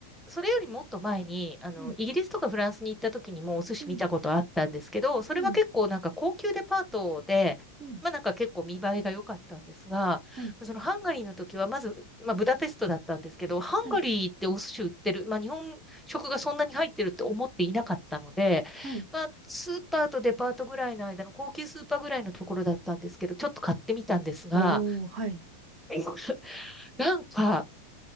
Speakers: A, in the centre; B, on the right.
A: それよりもっと前に、あの、
B: うん。
A: イギリスとかフランスに行った時にもお寿司見たことあったんですけど、
B: うん、
A: それは結構なんか高級デパートで、
B: うん、うん。
A: まあなんか結構見栄えが良かったんですが、
B: はい。
A: そのハンガリーの時はまず、まあブダペストだったんですけど、ハンガリーってお寿司売ってる、
B: はい、
A: まあ日本食がそんなに入ってるって思っていなかったので、
B: はい。
A: まあスーパーとデパートぐらいの間の高級スーパーぐらいのところだったんですけど、ちょっと買ってみたんですが、
B: おー、はい。
A: <laughs> なんか、